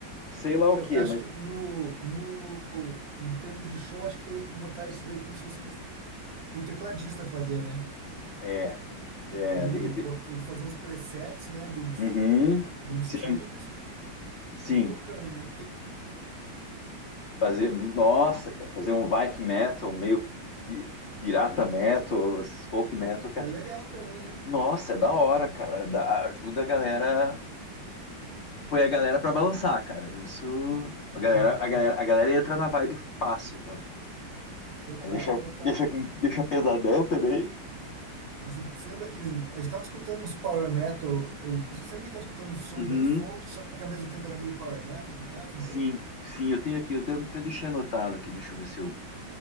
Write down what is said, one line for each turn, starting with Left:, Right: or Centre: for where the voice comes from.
Left: sei lá
Right: Eu
Left: o que,
Right: acho
Left: mas
Right: que no, no, em termos de show, acho que teria que botar isso daí como se fosse pro tecladista fazer, né?
Left: é, é,
Right: ele,
Left: de repente.
Right: bot- ele fazia uns presets, né, de uns,
Left: Uhum,
Right: de uns
Left: sim,
Right: timbres
Left: sim.
Right: e tocando, né?
Left: Fazer, nossa, cara, fazer um Viking metal, meio pi- pirata metal, esses folk metal, cara.
Right: É legal também, né?
Left: Nossa, é da hora, cara. Dá- ajuda a galera, põe a galera pra balançar, cara. Isso, a galera,
Right: Aham,
Left: a galera, a galera entra na vibe fácil, cara.
Right: Total,
Left: Aí deixa,
Right: total.
Left: deixa, com- deixa pesadão também.
Right: A gente, você lembra aqueles. A gente tava escutando uns power metal. Eu sempre que tava escutando um som
Left: Uhum,
Right: bem folk, só que ao mesmo tempo era meio power metal aqui em casa uma
Left: sim,
Right: vez.
Left: sim, eu tenho aqui, eu tenho, até deixei anotado aqui, deixa eu ver se eu,